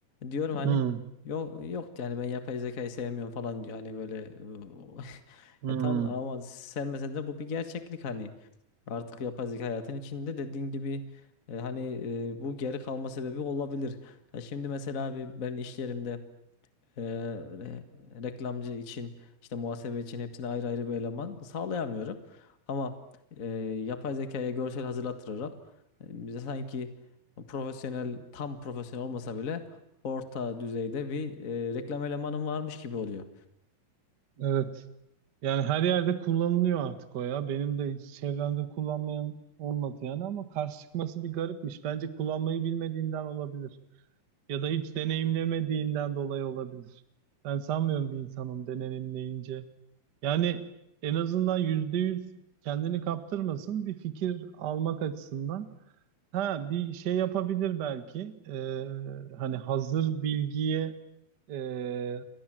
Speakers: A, on the left; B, on the right.
A: diyorum
B: hmm,
A: hani yok yok yani ben yapay zekayı sevmiyorum falan diyor. Hani böyle e, <laughs>
B: hmm.
A: ya tam ama sevmesen de bu bir gerçeklik hani. Artık yapay zeka hayatın içinde dediğin gibi e, hani e, bu geri kalma sebebi olabilir. Ya şimdi mesela abi ben iş yerimde e, re- reklamcı için işte muhasebe için hepsini ayrı ayrı bir eleman sağlayamıyorum. Ama e, yapay zekaya görsel hazırlattırarak e, bize sanki profesyonel tam profesyonel olmasa bile orta düzeyde bir e, reklam elemanım varmış gibi oluyor.
B: Evet. Yani her yerde kullanılıyor artık o ya. Benim de hiç çevremde kullanmayan olmadı yani ama karşı çıkması bir garipmiş. Bence kullanmayı bilmediğinden olabilir. Ya da hiç deneyimlemediğinden dolayı olabilir. Ben sanmıyorum bir insanın deneyimleyince. Yani en azından %100 kendini kaptırmasın bir fikir almak açısından. Ha bir şey yapabilir belki. Ee, hani hazır bilgiye e,